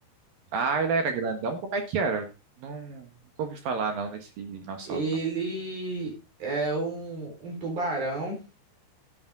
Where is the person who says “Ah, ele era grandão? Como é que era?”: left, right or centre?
Right